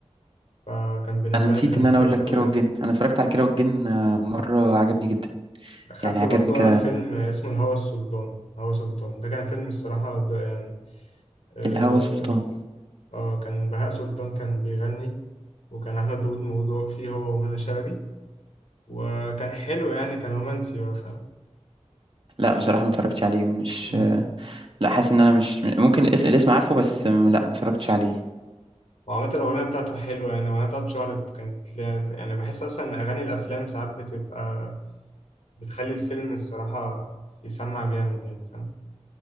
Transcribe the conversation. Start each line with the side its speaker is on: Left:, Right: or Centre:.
Left: فكان بالنسبه
Right: انا نسيت
Left: لي فيلم
Right: ان
Left: كويس
Right: انا اقول لك
Left: قوي
Right: كيرة
Left: يعني
Right: والجن انا اتفرجت على كيرة والجن آه، مره عجبني جدا
Left: دخلت
Right: يعني عجبني
Left: برضو
Right: ك
Left: انا فيلم اسمه الهوى السلطان هوى سلطان ده كان فيلم الصراحه ده يعني اه
Right: الهوى سلطان
Left: آه، كان بهاء سلطان كان بيغني وكان احمد داوود موضوع فيه هو ومنى شلبي وكان حلو يعني كان رومانسي بقى فاهم
Right: لا بصراحه ما اتفرجتش عليه ومش
Left: <laughs>
Right: لا حاسس ان انا مش ممكن الاسم الاسم عارفه بس آم، لا ما اتفرجتش عليه
Left: وعامة الأغنية بتاعته حلوة يعني الأغنية بتاعته اتشهرت كانت ليها يعني بحس أصلا إن أغاني الأفلام ساعات بتبقى بتخلي الفيلم الصراحة يسمع جامد يعني فاهم